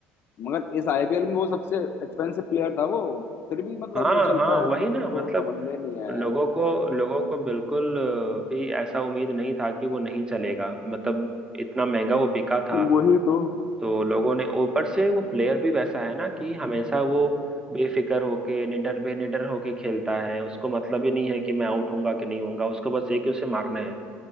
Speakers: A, on the left (about 50°); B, on the right (about 15°).
A: मगर इस आईपीएल में वो सबसे एक्सपेंसिव प्लेयर था वो फिर भी मतलब
B: हाँ
A: नहीं चल
B: हाँ
A: पाया
B: वही
A: मेरे
B: ना
A: को तो
B: मतलब
A: समझ में नहीं आया
B: लोगों
A: यार
B: को लोगों को बिल्कुल अ, भी ऐसा उम्मीद नहीं था कि वो नहीं चलेगा मतलब इतना महंगा वो बिका था
A: वही तो
B: तो लोगों ने ऊपर से वो प्लेयर भी वैसा है ना कि हमेशा वो बेफिक्र होके निडर बे निडर होके खेलता है उसको मतलब ही नहीं है कि मैं आउट होऊंगा कि नहीं होऊंगा उसको बस एक ही उसे मारना है